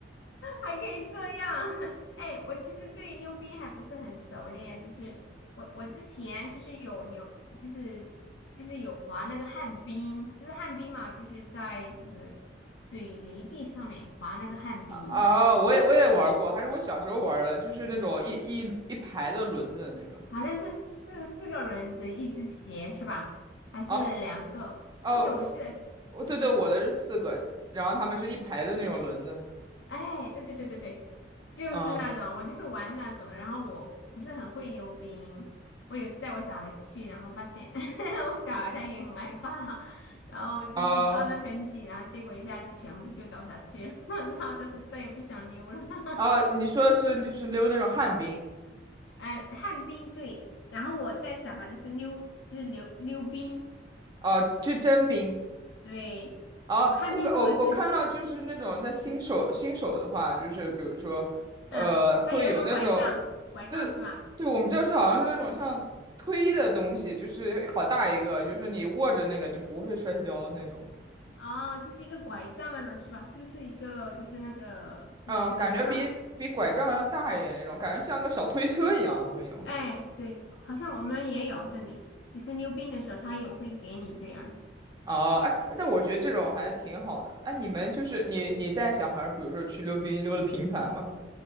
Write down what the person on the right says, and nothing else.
哦，我也我也玩过，还是我小时候玩的，就是那种一一一排的轮子的那个。
哦
哦，四，哦对对，我的是四个，然后他们是一排的那种轮子。
嗯，
啊
啊，你说的是就是溜那种旱冰，
哦、就真冰。
啊，
我感我我看到就是那种他新手新手的话，
就是比如说，
呃，
会有那种。
对，对，我们这是好像是那种像推的东西，就是好大一个，
就是你握着那个就不会摔跤那种。
嗯，感觉比比拐杖要大一点那种，感觉像个小推车一样那种。
哦，哎，但我觉得这种还挺好的。哎，你们就是你你带小孩儿比如说去溜冰溜的频繁吗？